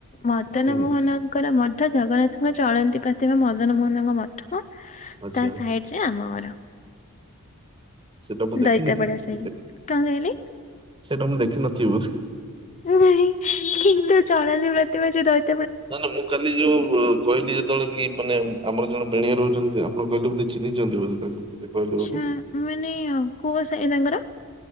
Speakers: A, on the left; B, on the right.
A: ମଦନ
B: ହୁଁ
A: ମୋହନ ଙ୍କର ମଠ ଜଗନ୍ନାଥଙ୍କ ଚଳନ୍ତି ପ୍ରତିମା ମଦନ ମୋହନଙ୍କ ମଠ
B: ଆଚ୍ଛା
A: ତା ସାଇଟ୍ ରେ ଆମ ଗର।
B: ସେତା ମୁଁ
A: ଦଇତାପଡା
B: ଦେଖିନି କି
A: ସାହି
B: ଦେ
A: କଣ କହିଲେ?
B: ସେଟା ମୁଁ ଦେଖିନଥିବି ବୋଧେ।
A: ନାହିଁ କିନ୍ତୁ ଚଳନ୍ତି ପ୍ରତିମା ଯୋଉ ଦଇ
B: ନା ନା ମୁଁ କାଲି ଯୋଉ ବ କହିଲି ଜଣେ କିଏ ମାନେ ଉଁ ଆମର ଜଣେ ବେଣେଇ ରହୁଚନ୍ତି ଆପଣ କହିଲେ ବୋଧେ ଚିହ୍ନିଚନ୍ତି ବୋଧେ ତାଙ୍କୁ ବୋଧେ? କହିଲେ ବୋଧେ
A: ଆଛା ମାନେ ଆଁ କୋଉ ସାଇ ତାଙ୍କର?